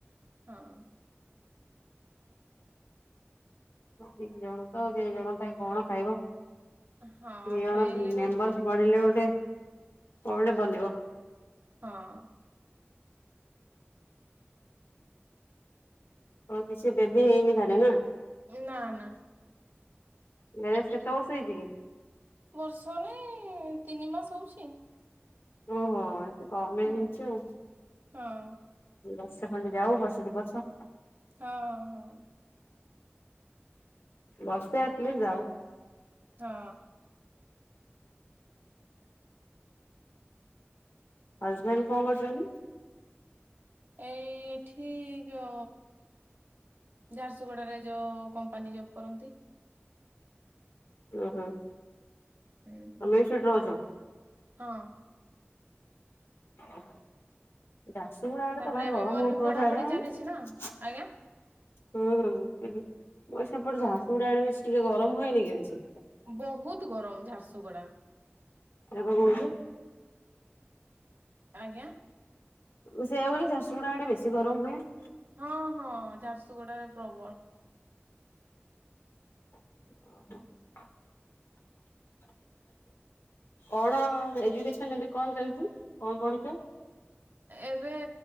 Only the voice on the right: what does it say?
ହଁ।
ହଁ
ସେଇ
ରୁ
ହଁ।
ନା ନା।
ବର୍ଷ ନାଇଁ ତିନି ମାସ ହଉଛି।
ହୁଁ।
ହଁ
ହଁ ହଁ।
ହଁ।
ଏଇ ଏଠି ଯୋ ଝାରସୁଗୁଡାରେ ଯୋଉ କମ୍ପାନୀ ଜବ୍ କରନ୍ତି।
ହୁଁ।
ହଁ।
ତାପରେ
ଏବେ
ମୋର
ବି ପଢାପଢି
ଚାଲିଛି ନା ଆଜ୍ଞା
ବହୁତ ଗରମ ଝାରସୁଗୁଡା।
ଆଜ୍ଞା।
ହଁ ହଁ ଝାରସୁଗୁଡାରେ ପ୍ରବଳ।
ଏବେ